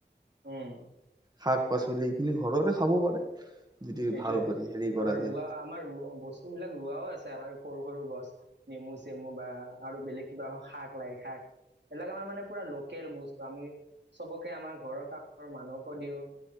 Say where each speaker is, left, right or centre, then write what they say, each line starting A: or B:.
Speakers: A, on the right (about 75°); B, on the right (about 20°).
A: উম।
B: শাক পাচলি এইখিনি ঘৰৰে খাব পাৰে। যদি
A: সেইটোয়ে
B: ভাল কৰি হেৰি কৰা
A: আমাৰ
B: যায়
A: ৰোৱা আমাৰ বস্তু বিলাক ৰোৱাও আছে। আমাৰ সৰু সৰু গছ নেমু চেমু বা আৰু বেলেগ কিবা হক শাক, লাই শাক। এইবিলাক আমাৰ মানে পুৰা লোকেল বস্তু আমি চবকে আমাৰ ঘৰৰ কাষৰ মানুহকো দিওঁ।